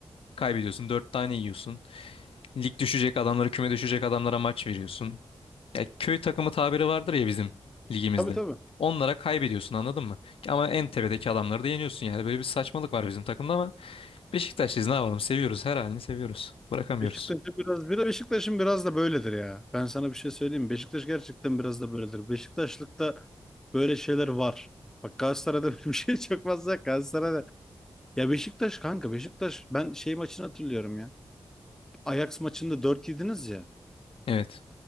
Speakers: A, on the left; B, in the centre.
A: kaybediyorsun. Dört tane yiyorsun. Lig düşecek adamlara, küme düşecek adamlara maç veriyorsun. Ya köy takımı tabiri vardır ya bizim ligimizde.
B: Tabii tabii.
A: Onlara kaybediyorsun anladın mı? Ama en tepedeki adamları da yeniyorsun yani. Böyle bir saçmalık var bizim takımda ama Beşiktaşlıyız ne yapalım seviyoruz her halini seviyoruz. Bırakamıyoruz.
B: Beşiktaş'ın biraz bir de Beşiktaş'ın biraz da böyledir ya. Ben sana bir şey söyleyeyim. mi? Beşiktaş gerçekten biraz da böyledir. Beşiktaşlıkta böyle şeyler var. Bak Galatasaray'da <laughs> böyle bir şey çok fazla. yok. Galatasaray'da ya Beşiktaş kanka Beşiktaş ben şey maçını hatırlıyorum ya. Ajax maçında 4 yediniz ya.
A: Evet.